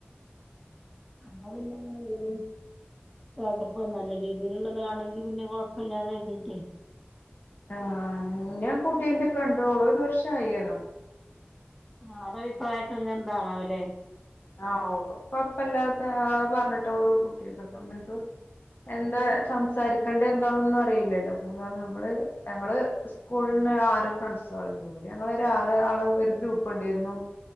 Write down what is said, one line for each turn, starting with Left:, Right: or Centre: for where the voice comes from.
Centre: അപ്പോ പിന്നെയെങ്ങനെ ഇടല് <unintelligible> പോട്ടപ്പ നല്ല രീതിയിലുള്ളത് കാണെങ്കി പിന്നെ <unintelligible>
Left: ആ ഞാൻ കുട്ടിൻ്റെ ഫ്രണ്ടോഓള ഒരു വർഷ ആയിണം
Centre: ആ അത അഭിപ്രായക്കെ എന്താണ അവലെ <unintelligible>
Left: ആ അപ്പ അപ്പ എല്ലാത്ത പറഞ്ഞിട്ടുള്ളൂ കുട്ടിയ അപ്പക്ക് <unintelligible> എന്താ സംസാരിക്കേണ്ടത് എന്താന്നൊന്നും അറിയില്ലല്ലോ അ നമ്മൾ ഞങ്ങൾ സ്കൂള ആറ് ഫ്രണ്ട്സ് കൂടി ഞങ്ങൾ ആറ് ആള് ഒരു ഗ്രൂപ്പ് ഉണ്ടായിരുന്നു